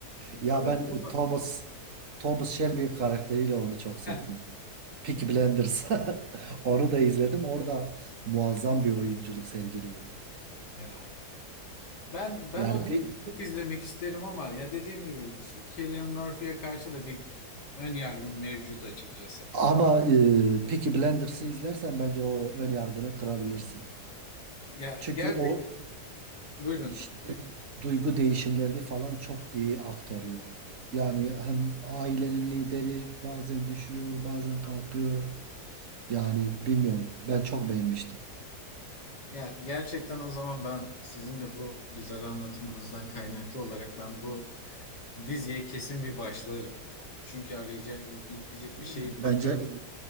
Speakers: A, on the left; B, on the right.
A: E,
B: Ya
A: bu arada
B: ben
A: bunu
B: e, Thomas Thomas Shelby karakteriyle onu çok sevdim.
A: <laughs>
B: Peaky Blinders. <laughs> Onu da izledim. Orada muazzam bir oyunculuk sergiliyor.
A: ya ben ben
B: Yani
A: o diziyi
B: pi-
A: çok izlemek isterim ama ya dediğim gibi Cillian Murphy'ye karşı da bir ön yargım mevcut açıkçası.
B: ama e, Peaky Blinders'ı izlersen bence o ön yargını kırabilirsin.
A: Ya
B: Çünkü
A: gerçek
B: o
A: buyurun.
B: ş- duy- duygu değişimlerini falan çok iyi aktarıyor. Yani hem ailenin lideri bazen düşüyor, bazen kalkıyor. Yani bilmiyorum. Ben çok beğenmiştim.
A: Ya gerçekten o zaman ben sizin de bu güzel anlatımınızdan kaynaklı olarak ben bu diziye kesin bir başlarım. Çünkü arayacak diyecek
B: Bence
A: bir şey bakıyorum.